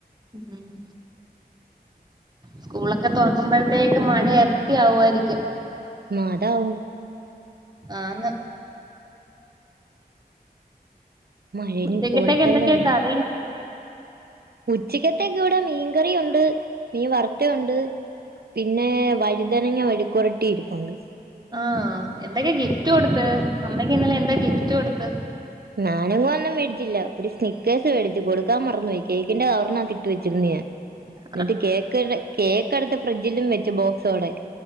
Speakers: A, on the right; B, on the right.
A: ഉം സ്കൂളൊക്കെ തൊറക്കുമ്പോഴത്തേക്ക് മഴ എരട്ടി ആവുമായിരിക്കും
B: ഉം അതാകും
A: ആന്ന്
B: മഴേനി
A: ഉച്ചയ്ക്കത്തേക്ക്
B: കൂടത്തല്ലേ
A: എന്തക്കെയാ
B: ഉള്ളു
A: കറി
B: ഉച്ചക്കത്തേക്ക് ഇവിടെ മീൻകറിയുണ്ട് മീൻ വറുത്തേ ഉണ്ട് പിന്നെ വഴുതനങ്ങ മെഴുക്കുവരട്ടി ഇരിപ്പോണ്ട്
A: ആഹ് എന്തൊക്കെ ഗിഫ്റ്റ് കൊടുത്ത് അമ്മക്ക് ഇന്നലെ എന്താ ഗിഫ്റ്റ് കൊടുത്ത്
B: ഞാനെങ്ങും ഒന്നും വേടിച്ചില്ല ഒരു സ്നിക്കേഴ്സ് വേടിച്ച് കൊടുക്കാൻ മറന്ന് പോയി കേക്കിന്റെ കവറിനാകത്ത് ഇട്ട് വച്ചിട്ട് ണ്ട് ഞാൻ
A: <inaudible>
B: ന്നിട്ട് കേക്ക് കേക്ക് എടുത്ത് ഫ്രിഡ്ജിലും വെച്ച് ബോക്സോടെ